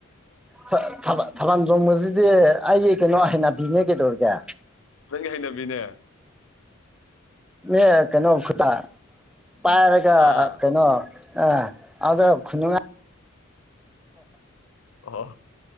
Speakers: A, in the centre; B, on the left.
A: ꯊꯥ ꯊꯥ ꯊꯥꯕꯜ ꯆꯣꯡꯕꯁꯤꯗꯤ ꯑꯩꯒꯤ ꯀꯩꯅꯣ ꯍꯩꯅꯕꯤ ꯕꯤꯅꯦ ꯀꯩꯗꯧꯔꯒꯦ
B: ꯅꯪꯒꯤ ꯍꯩꯅꯕꯤꯅꯦ
A: ꯑꯦ ꯀꯩꯅꯣ ꯈꯨꯗꯥ ꯄꯥꯏꯔꯒ
B: ꯑꯥ
A: ꯀꯩꯅꯣ ꯑ ꯑꯗꯣ ꯈꯨꯟꯅꯨꯡꯉꯥꯏ
B: ꯑꯣ